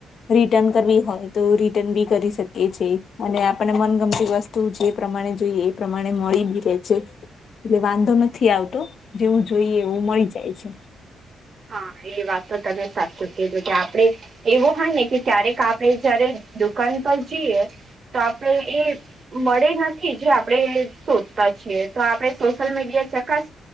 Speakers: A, on the left; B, on the right.
A: રિટન કરવી હોય તો રિટર્ન બી કરી શકી છી અને આપને મનગમતી વસ્તુ. તું જે પ્રમાણે જોઈએ એ પ્રમાણે મળી બી રે છે. એટલે વાંધો નથી આવતો જેવું જોઈએ એવું મળી જાય છે.
B: હા એ વાત તો તમે સાચું <unintelligible> કે આપડણે. એવું હોય ને કે ક્યારેક આપણેે જયારે દુકાન પર જઈએ. તો આપણેે એ મળે નથી જે આપ. આપણે શોધતા છીએ તો આપણે સોશિયલ મીડિયા